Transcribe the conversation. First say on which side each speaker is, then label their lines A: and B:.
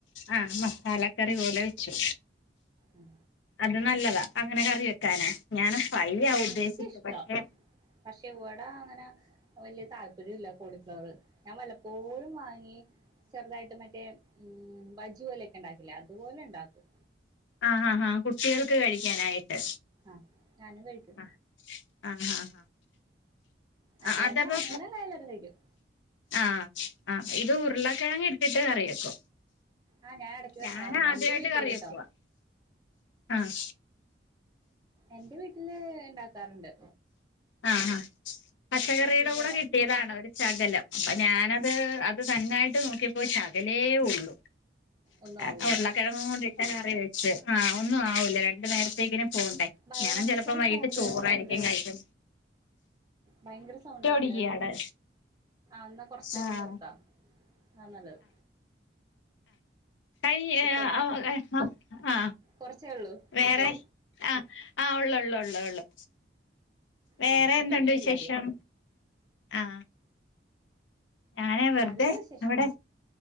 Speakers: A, on the left; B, on the right.
A: ആഹ് മസാലക്കറി പോലെ വെച്ചു.
B: ഉം
A: അത് നല്ലതാ അങ്ങനെ കറി വെക്കാനെ ഞാൻ ഫ്രൈ ആ
B: എനിക്കിഷ്ടാ
A: ഉദ്ദേശിച്ചത് പക്ഷെ
B: പക്ഷെ ഇവിടാ അങ്ങനെ വല്യ താല്പ ര്യല്ല്യ കോളിഫ്ലവറ് ഞാൻ വലപ്പോഴും വാങ്ങി ചെറുതായിട്ട് മറ്റേ ബജ്ജി പോലെയൊക്കെ ഉണ്ടാക്കില്ലേ അതുപോലെ ഉണ്ടാക്കും
A: ആ ആാ ഹഹാ കുട്ടികൾക്ക് കഴിക്കാനായിട്ട്.
B: ആഹ് ഞാനും കഴിക്കും
A: ആഹ് ആഹ് ആഹ്
B: അത്യാവശ്യം
A: ആഹ് അതപ്പോ
B: അങ്ങനെ എല്ലാവരും കഴിക്കും
A: ആഹ ആ് ഇത് ഉരുള കെഴങ്ങ് ഇട്ടിട്ട് കറിയെക്കു
B: ആ ഞാൻ ഇടയ്ക്ക്
A: ഞാനാദ്യവായിട്ട്
B: വെക്കാറുണ്ട് എന്റെ വീട്ടില്
A: കറി വെക്കുവാ
B: ട്ടോ
A: ആഹ്
B: എന്റെ വീട്ടില് ഇണ്ടാക്കാറുണ്ട്.
A: ആ ആഹ പച്ചക്കറിയുടെ
B: ഇവിടെ
A: കൂടെ കിട്ടിയതാണ് ഒരു ശകലം അപ്പൊ
B: ആ
A: ഞാനത് അത് തന്നായിട്ട് നോക്കിയപ്പോ ശക ലേ ഒള്ളൂ
B: ഒന്നും
A: അതാ
B: ആവൂല
A: ഉരുളക്കിഴങ്ങൂടിട്ട കറി വെ ച്ചെ ആ ഒന്നും ആവൂല രണ്ട് നേരത്തേക്കിനും പോണ്ടേ
B: ഭയങ്കര
A: ഞാൻ ചെലപ്പോ വൈകീട്ട്
B: സൗണ്ട്
A: ചോറായിരിക്കും
B: കേക്കണ്ട്
A: കഴിക്ക
B: ഭയങ്കര സൗണ്ട് ഏക്കണ്ട്
A: അടിക്കയാണ്
B: എന്നാ കൊറച്ചേരം
A: ആഹ്
B: നിർത്ത ആ നല്ലത്
A: കൈ
B: ഇപ്പൊ
A: ആ
B: ഓക്കെ
A: ആ ആ
B: കൊറച്ചേ ഉള്ളൂ
A: വേറെ
B: മുറ്റം
A: ആ ആ ഉള്ളേള്ളു ഉള്ളു ഉള്ളു വേറെ
B: ഞങ്ങക്ക് മുറ്റമേ
A: എന്തണ്ട് വിശേഷം
B: ഇല്ല അധികം
A: ആ ഞാനേ വെറുതെ
B: നല്ല വിശേഷം
A: ഇവടെ